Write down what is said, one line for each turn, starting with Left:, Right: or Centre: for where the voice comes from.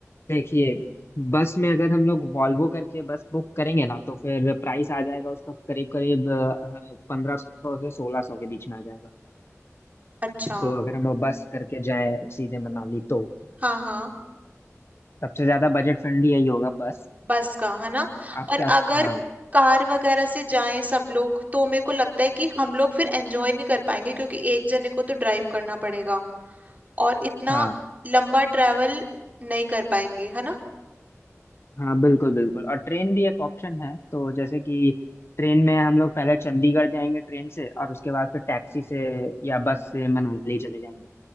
Left: देखिए बस में अगर हम लोग वॉल्वो करके बस बुक करेंगे ना तो फिर प्राइस आ जाएगा उसका करीब करीब पंद्रह सौ से सोलह सौ के बीच में आ जाएगा
Right: अच्छा
Left: तो अगर हम लोग बस करके जाए सीधे मनाली तो
Right: हाँ हाँ
Left: सबसे ज्यादा बजट फ्रेंडली यही होगा बस
Right: बस का है ना
Left: आप
Right: और
Left: क्या
Right: अगर
Left: हाँ
Right: कार वगैरह से जाएं सब लोग तो मेरे को लगता है कि हम लोग फिर एंजॉय नहीं कर पाएंगे क्योंकि एक जने को तो ड्राइव करना पड़ेगा और इतना
Left: हाँ
Right: लंबा ट्रैवल नहीं कर पाएंगे है ना
Left: हाँ बिल्कुल बिल्कुल और ट्रेन भी एक ऑप्शन है तो जैसे कि ट्रेन में हम लोग पहले चंडीगढ़ जाएंगे ट्रेन से और उसके बाद फिर टैक्सी से या बस से मनाली चले जाएंगे